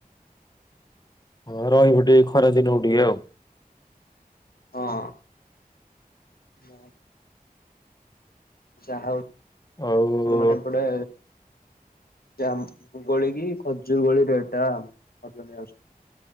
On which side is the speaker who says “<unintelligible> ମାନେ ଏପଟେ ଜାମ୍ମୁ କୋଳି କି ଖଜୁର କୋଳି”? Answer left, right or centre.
Left